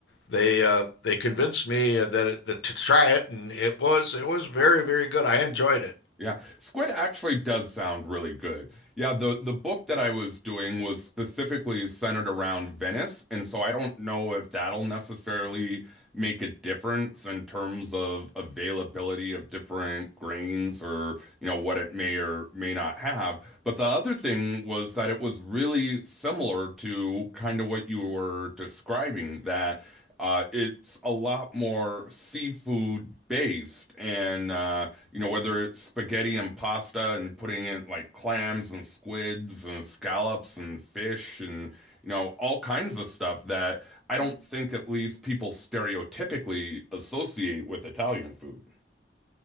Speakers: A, on the left; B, in the centre.
A: they uh, they convinced me uh, that, it, that to try it, and it was it was very very good. I enjoyed it.
B: Yeah, Squid actually does sound really good. Yeah, the the book that I was doing was specifically centered around Venice, and so I don't know if that'll necessarily make a difference in terms of availability of different grains or, you know, what it may or may not have. But the other thing was that it was really similar to kind of what you were describing, that uh, it's a lot more seafood based and uh you know, whether it's spaghetti and pasta and putting in like clams and squids and scallops and fish and, you know, all kinds of stuff that I don't think at least people stereotypically associate with Italian food.